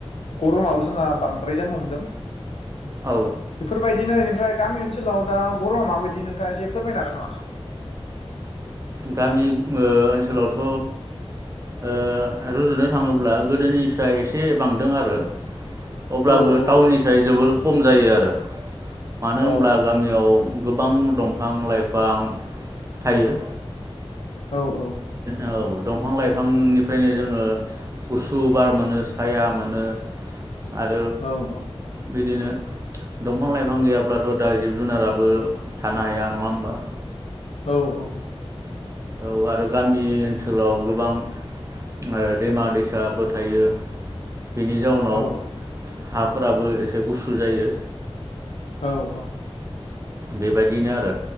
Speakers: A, on the left (about 75°); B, on the right (about 30°).
A: गरमाबो जोंहा बांद्राय जानो हमदों।
B: औ
A: बेफोरबायदिनो ओमफ्राय गामि ओनसोलाव दा ग'रमा माबादि नोंथाङा एसे फोरमायनो हागोन नामा?
B: गामि ओनसोलावथ' ओ रुजुनो थाङोब्ला गोदोनि स्राय एसे बांदों आरो। अब्लाबो
A: औ औ
B: टाउननि साय जोबोर। खम जायो आरो। मानो
A: औ
B: होनब्ला गामियाव गोबां दंफां लाइफां थायो।
A: औ औ।
B: औ दंफां लाइफांनिफ्रायनो जोङो गुसुब बार मोनो साया मोनो आरो।
A: औ औ
B: बिदिनो दंफां लाइफां गैयाब्लाथ दा जिब जुनाराबो थानो हाया नङा होमबा।
A: औ औ।
B: औ आरो गामि ओनसोलाव गोबां ओ दैमा दैसाफोर थायो। बेनि जाउनाव।
A: औ
B: हाफोराबो एसे गुसु जायो
A: औ औ।
B: बेबायदिनो आरो